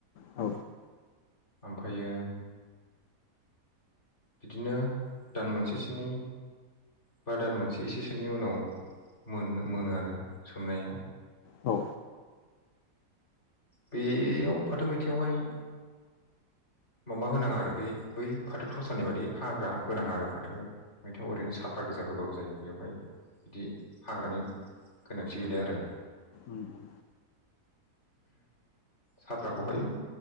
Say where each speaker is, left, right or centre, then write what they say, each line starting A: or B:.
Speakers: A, on the left; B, on the left.
A: औ अ
B: ओमफायो बिदिनो दान मोनसे स्नि बा दान मोनसे एसेसोनि उनाव मोन-मोनो आरो सोमनाया ।
A: औ।
B: बेयाव फाथो मैथायाइावहाय माबा होनाङा आरो बे बै फाथो थसानि बादि हाग्रा होनाङा आरो फाथो मैथायाव ओरैनो साफ्रा गोजा होबाबो जायो बेवहाय बिदि हाग्रानि गोनांथि गैलिया आरो
A: उ उ
B: साफ्राखौहाय